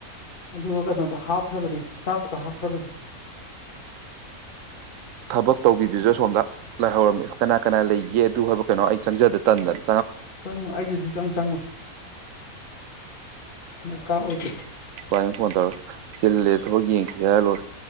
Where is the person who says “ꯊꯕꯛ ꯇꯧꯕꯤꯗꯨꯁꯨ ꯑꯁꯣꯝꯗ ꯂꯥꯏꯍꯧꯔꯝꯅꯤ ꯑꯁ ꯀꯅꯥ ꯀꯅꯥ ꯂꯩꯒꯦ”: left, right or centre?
Right